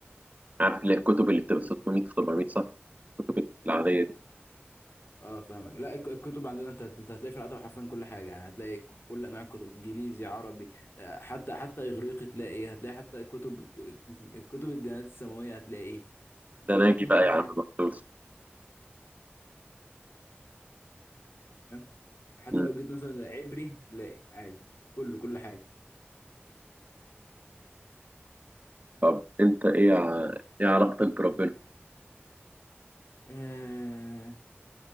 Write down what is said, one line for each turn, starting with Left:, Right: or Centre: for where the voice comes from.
Right: عارف اللي هي الكتب اللي بتبقى 600 700 صفحة الكتب العادية دي
Left: اه فاهمك لا الك- الكتب عندنا انت انت هتلاقي في العتبة حرفيا كل حاجة يعني هتلاقي ك- كل انواع الكتب انجليزي عربي آه، حتى حتى اغريقي تلاقي إيه؟ هتلاقي حتى كتب <laughs> كتب الديانات السماوية هتلاقي إيه؟ كتب
Right: ده أنا أجي
Left: كتب
Right: بقى
Left: كل
Right: يا عم
Left: حاجة
Right: مخصوص
Left: فاهم حتى
Right: مم.
Left: لو جيت مثلا عبري تلاقي عادي كله كل
Right: طب أنت إيه ع- إيه علاقتك بربنا؟
Left: حاجة